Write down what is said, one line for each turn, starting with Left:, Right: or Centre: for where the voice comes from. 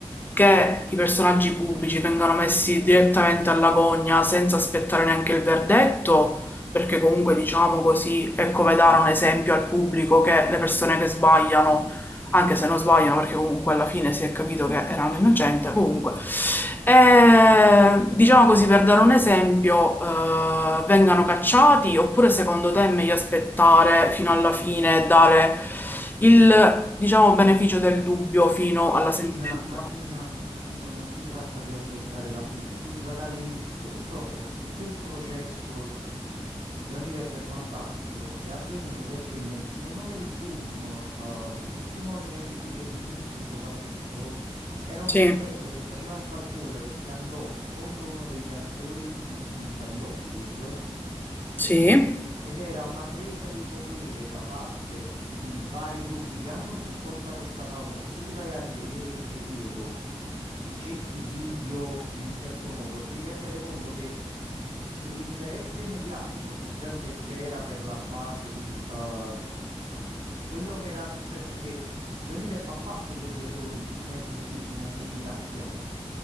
Left: che i personaggi pubblici vengano messi direttamente alla gogna senza aspettare neanche il verdetto? Perché comunque, diciamo così, è come dare un esempio al pubblico che le persone che sbagliano anche se non sbagliano perché comunque alla fine si è capito che erano innocenti, comunque. E, diciamo così, per dare un esempio, eh, vengano cacciati oppure secondo te è meglio aspettare fino alla fine e dare il, diciamo, beneficio del dubbio fino
Right: No,
Left: alla
Right: Martina,
Left: sentenza?
Right: Martina, Martina, non si tratta di aspettare la fine. Tu già dall'inizio, purtroppo, tutto il processo di Johnny Depp e quant'altro è avvenuto perché nel pieno del boom, eh, di tutti i movimenti femministi, soprattutto, era un
Left: Sì,
Right: processo che faceva scalpore perché andò contro uno degli attori di punta di Hollywood.
Left: sì,
Right: Ed era una presa di potere da parte di vari gruppi che hanno supportato sta causa. Se tu ti vai a rivedere il periodo e cerchi video in un certo modo, ti renderai conto che il- l'interesse mediatico che già se- c'era per la base di eh, quello che era successo è che Johnny Depp ha fatto degli errori di nervosismo e di rabbia,